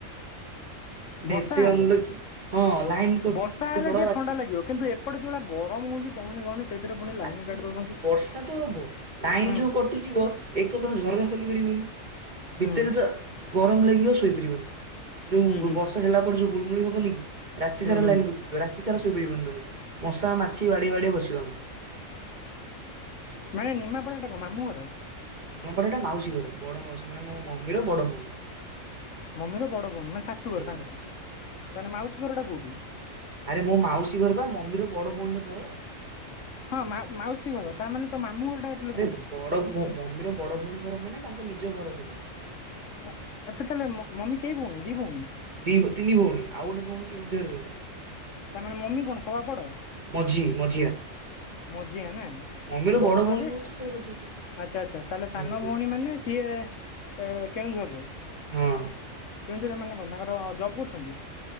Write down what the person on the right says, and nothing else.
ମାନେ
ଏତେ
ଅଲ କି ହଁ ଲାଇନ କଟିକି
ଝଡ
ବା
ଆରେ ଶୁଣୁନ
ବର୍ଷା ତ ହବ
ଲାଇନ
ଯୋଉ କଟିଯିବ। ଏକ ତ ତମେ ଝରକା ଖୋଲିପାରିବନି
ଭିତରେ ତ ଗରମ ଲାଗିବ ଶୋଇପାରିବନି। ଯୋଉ
ବର୍ଷ ହେଲା ପରେ ଯୋଉ ଗୁଳମୁଳି ହବନି କି ରାତି
ସାରା
ଲାଇନ କଟିଛି। ରାତି ସାରା ଶୋଇ ପଇିବନି ତମେ ମଶା ମାଛି ବାଡିେଇଆ ବାଡିଆ ବସିବ ଆମେ
ନିମ ପାଠଟା ମାଉସୀ ଘର ବଡ଼ ମାଉସ ମାନ ମୋ ମମିର ବଡ଼ ଭଉଣୀ।
ହୁଁ।
ଆରେ ମୋ ମାଉସୀ ଘର ବା ମମିର ବଡ ଭଉଣୀର ଘର।
ଆରେ
ବଡ ମମିର ବଡ ଭଉଣୀ ଘର ମାନେ ତାଙ୍କ ନିଜ ଘର ସେଇଟା
ଦି ତିନି ଭଉଣୀ ଆଉ ଗୋଟେ ଭଉଣୀ କେଉଁଝରରେ
ମଝି ମଝି।
ମମିର
ଭଉଣୀ କହୁଛି ଫେରେ ପଚାରୁଛୁ
ହୁଁ ହୁଁ
ହଁ